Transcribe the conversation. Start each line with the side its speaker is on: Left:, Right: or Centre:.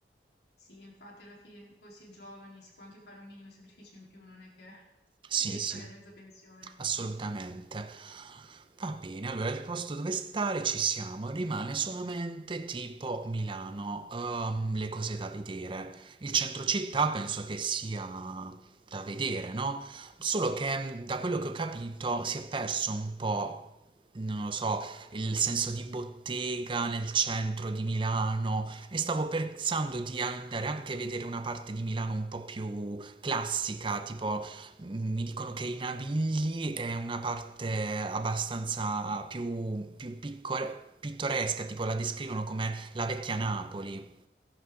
Left: Sì, infatti alla fine poi si è giovani, si può anche fare un minimo sacrificio in più, non è che <laughs>
Right: Sì,
Left: si deve
Right: sì.
Left: stare a mezza pensione.
Right: Assolutamente. Va bene, allora il posto dove stare ci siamo, rimane solamente tipo Milano, ehm, le cose da vedere. Il centro città penso che sia da vedere, no? Solo che mh, da quello che ho capito si è perso un po', non lo so, il senso di bottega nel centro di Milano e stavo pensando di andare anche a vedere una parte di Milano un po' più classica, tipo mi dicono che i Navigli è una parte abbastanza più, più picco- pittoresca, tipo la descrivono come la vecchia Napoli,